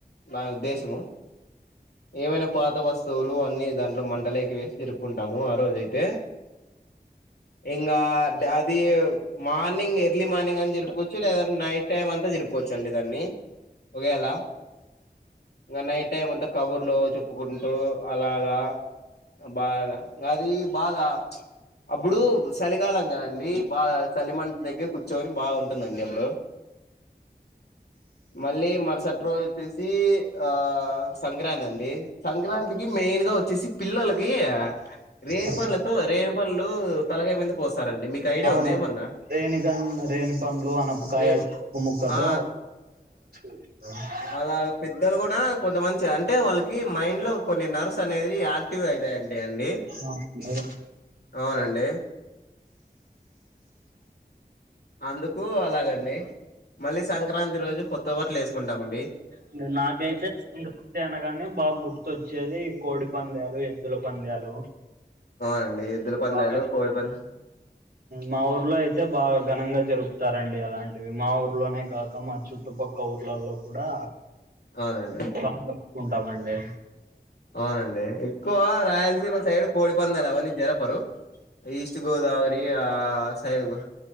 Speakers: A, on the left; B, on the right.
A: నా ఉద్దేశము ఏమైన పాత వస్తువులు అన్ని దాంట్లో మంటలేకి వేసి తిరుకుంటాము ఆ రోజ అయితే ఇంకా అది మార్నింగ్ ఎర్లీ మార్నింగ్ అని <unintelligible> <unintelligible> నైట్ టైం అంతా తిరుకోవచ్చండి దాన్ని ఒ <unintelligible> ఇంగ నైటే టైమ్ అంత కబుర్లు చెప్పుకుంటూ అలాగా బాగ అది బాగ అప్పుడు సలికాలం కదండి బాగ సలిమంట దగ్గర కూర్చొని బాగుంటుందండి అబ్బుడు మళ్ళీ మర్సట్రోజు వచ్చేసి ఆ సంక్రాంతి అండి సంక్రాంతికి మెయిన్గా వచ్చేసి పిల్లలకి <unintelligible>
B: ఆ
A: పండ్లతో రేను పండ్లు తలగాయ మీద పోస్తారండి మీకు ఐడియా
B: అవును
A: ఉందేమన్నా
B: రేణిగన్ రేణి పండ్లు అన్పకాయ
A: రే
B: చెరుకు ముక్కతో
A: ఆ
B: <inaudible>
A: వాళ్ళ పెద్దలు కూడా కొంత మంచి అంటే వాళ్ళకి మైండ్లో కొన్ని నర్వస్ అనేది యా ఎక్టివ్ అవుతాయంటండి అండి
B: అవునండి.
A: అవునండి అందుకు అలాగండి మళ్ళీ సంక్రాంతి రోజు కొత్త బట్లేసుకుంటమండి
B: ఇంగ నాకైతే తి అనగానే బా గుర్తొచ్చేది కోడి పందాలు ఎద్దుల పందాలు
A: అవునండి ఎద్దుల పందేలు
B: బాగా
A: కోడిపందేలు
B: మా ఊర్లైతే బాగా ఘనంగా జరుపుతారండి అలాంటివి మా ఊర్లోనే కాక మా చుట్టుపక్క క ఊర్లల్లో కూడా
A: అవునండి
B: బా జరుపుకుంటాం అండి
A: అవునండి ఎక్కువ రాయలసీమ సైడ్ కోడిపందాలు అవన్నీ జరపరు ఈస్ట్ గోదావరి ఆ సైడ్కు